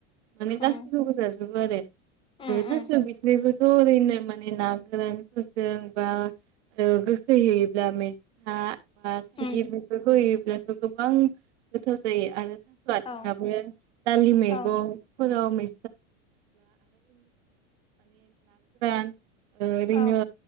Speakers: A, on the right; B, on the left.
A: माने
B: उम
A: गासैखौबो जाजोबो आरो
B: उम उम
A: थासयाव बिदिनोबो जरैनो माने ना गोरानफोरजोंबा ओ गोखै हैयोब्ला मेसा बा थाइगिर
B: उम
A: बेफोरखौ होयोब्लाथ' गोबां गोथाव जायो आरो थास' आथिङाबो
B: औ
A: दालि मैगं
B: औ
A: फोराव मै <unintelligible> <inaudible> ओरैनो
B: औ